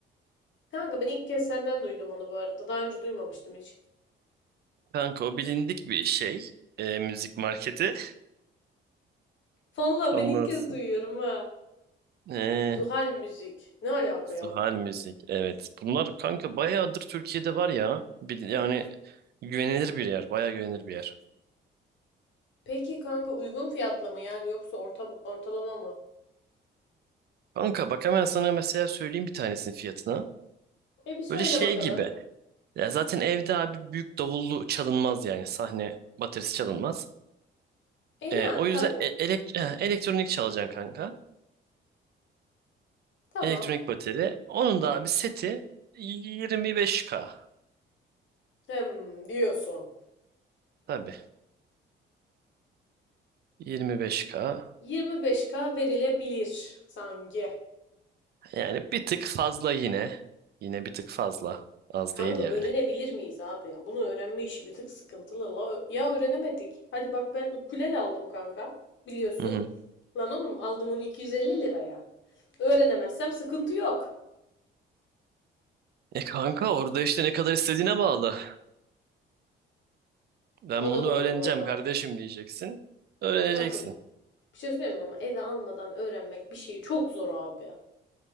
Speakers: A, on the left (about 70°); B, on the right (about 55°).
A: Kanka ben ilk kez senden duydum onu bu arada. Daha önce duymamıştım hiç.
B: Kanka o bilindik bir şey. E, müzik marketi.
A: Vallahi
B: <laughs> Ondan
A: ben ilk kez
B: sonra.
A: duyuyorum ha.
B: E,
A: Zuhal müzik. Ne alaka
B: Zuhal
A: ya?
B: Müzik. Evet. Bunlar kanka bayağıdır Türkiye'de var ya. Bil- yani güvenilir bir yer. Bayağı güvenilir bir yer.
A: Peki kanka uygun fiyatlı mı yani yoksa orta, ortalama mı?
B: Kanka bak hemen sana mesela söyleyeyim bir tanesinin fiyatına.
A: E bir söyle
B: Böyle şey
A: bakalım.
B: gibi. Ya zaten evde abi büyük davullu çalınmaz yani. Sahne baterisi çalınmaz.
A: E yani
B: E, o yüzden
A: tabii.
B: e- elekt- ha, elektronik çalacaksın kanka.
A: Tamam.
B: Elektronik bateri. Onun da abi seti 25K.
A: Hem diyorsun.
B: Tabii. 25K.
A: 25K verilebilir sanki.
B: Yani bir tık fazla yine. Yine bir tık fazla. Az
A: Kanka
B: değil yani.
A: öğrenebilir miyiz abi ya? Bunu öğrenme işi bir tık sıkıntılı. La, ö- ya öğrenemedik. Hadi bak ben ukulele aldım kanka. Biliyorsun.
B: Hı hı.
A: Lan oğlum aldım onu 250 liraya. Öğrenemezsem sıkıntı yok.
B: E kanka orada işte ne kadar istediğine bağlı. Ben
A: O da
B: bunu
A: doğru
B: öğreneceğim
A: bu arada.
B: kardeşim diyeceksin. Öğreneceksin.
A: Kanka bir şey söyleyeyim mi ama eve almadan öğrenmek bir şeyi çok zor abi.